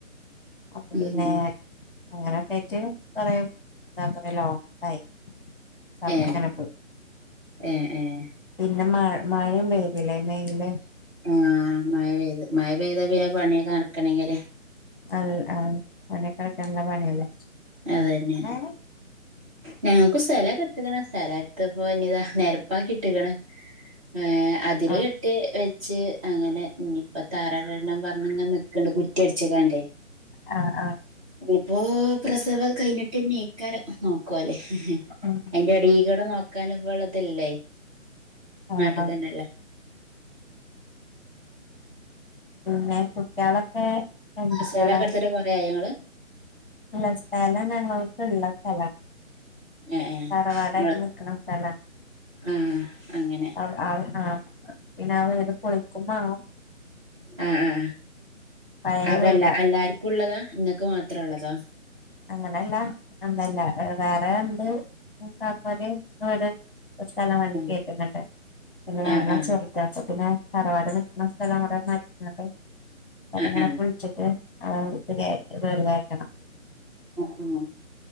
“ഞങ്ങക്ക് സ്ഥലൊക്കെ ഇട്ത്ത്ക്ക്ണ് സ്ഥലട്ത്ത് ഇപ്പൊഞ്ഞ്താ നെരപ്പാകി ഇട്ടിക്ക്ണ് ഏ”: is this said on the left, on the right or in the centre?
Right